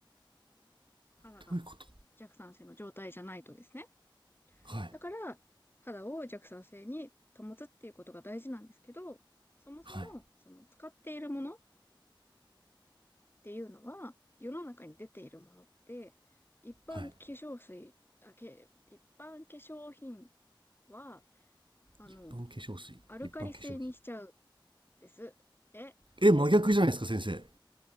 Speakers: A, on the left; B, on the right.
A: 肌が。
B: どういうこと
A: 弱酸性の状態じゃないとですね。
B: はい。
A: だから、肌を弱酸性に保つっていうことが大事なんですけど、そもそも、
B: はい。
A: その使っているものっていうのは、世の中に出ているものって、一般化粧水、
B: はい。
A: あ、け、一般化粧品は、あの、
B: 一般化粧水。
A: アルカリ性にしちゃうん
B: 一般化粧品。
A: です。え、
B: え、真逆じゃないですか、先生。